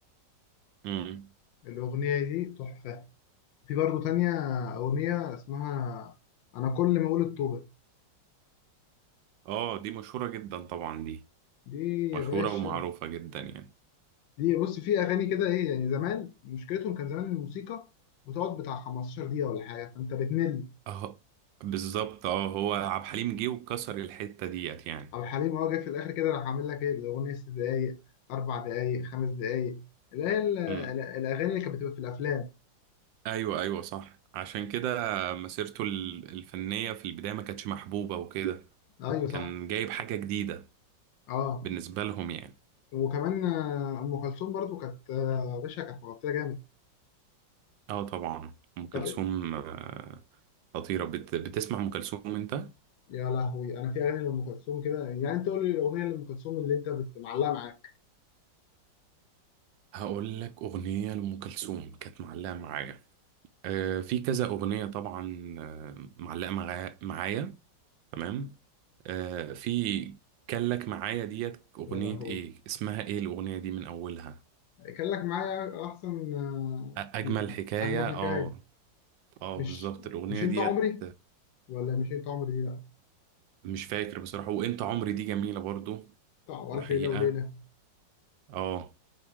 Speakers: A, on the right; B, on the left.
A: امم
B: الأغنية دي تحفة في برضه تانية أغنية اسمها أنا كل ما أقول الطوبة
A: اه دي مشهورة جدا طبعا دي
B: دي يا
A: مشهورة
B: باشا
A: ومعروفة جدا يعني
B: دي بص في اغاني كده ايه يعني زمان مشكلتهم كان زمان الموسيقى بتقعد بتاع 15 دقيقه ولا حاجه فانت بتمل
A: اه بالظبط اه هو عبد الحليم جه وكسر الحتة ديت يعني
B: او حليم هو جاي في الاخر كده راح عامل لك ايه الاغنيه ست دقايق اربع دقايق خمس دقايق اللي هي ال- ال-
A: امم
B: الاغاني اللي كانت بتبقى في الافلام
A: ايوه ايوه صح عشان كده مسيرته ال- الفنية في البداية ما كانتش محبوبة وكده
B: ايوه صح
A: كان جايب حاجة جديدة
B: اه
A: بالنسبة لهم يعني
B: وكمان آه، ام كلثوم برضو كانت آه، يا باشا كانت مغطيه جامد
A: اه طبعا أم كلثوم
B: طب
A: آه، خطيرة بت... بتسمع أم كلثوم أنت؟
B: يا لهوي انا في اغاني لام كلثوم كده يعني انت قول لي الاغنيه لام كلثوم اللي انت بت- معلقه معاك
A: هقول لك أغنية لأم كلثوم كانت معلقة معايا آه، في كذا أغنية طبعا آه، معلقة معايا معايا تمام آه، في كان لك معايا ديت أغنية
B: يا لهوي
A: إيه اسمها إيه الأغنية دي من أولها
B: كان لك معايا احسن آه،
A: أ- أجمل حكاية
B: اجمل
A: اه
B: حكايه
A: اه
B: مش
A: بالظبط الأغنية
B: مش انت
A: ديت
B: عمري ولا مش انت عمري دي لا
A: مش فاكر بصراحة وأنت عمري دي جميلة برضو
B: بتاع
A: ده
B: الف
A: حقيقة
B: ليله وليله
A: اه